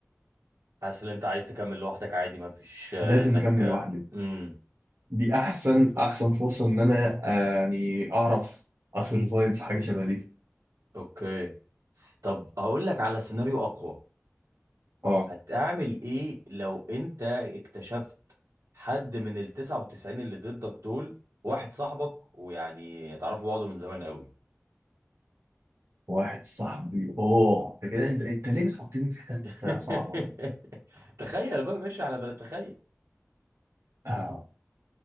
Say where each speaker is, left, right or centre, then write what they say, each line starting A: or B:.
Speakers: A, on the right; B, on the right.
A: حاسس ان انت عايز تكمل لوحدك عادي ما فيش آه،
B: لازم
A: انك
B: اكمل
A: آه،
B: لوحدي
A: امم
B: دي احسن احسن فرصه ان انا آه، يعني اعرف اسرفايف في حاجه شبه دي
A: اوكي طب هقول لك على سيناريو اقوى
B: اه
A: هتعمل ايه لو انت اكتشفت حد من ال 99 اللي ضدك دول واحد صاحبك ويعني تعرفوا بعض من زمان قوي
B: واحد صاحبي اوه انت كده انت انت ليه بتحطني في حته
A: <laughs>
B: صعبه
A: تخيل بقى ماشي على بلد تخيل
B: آه.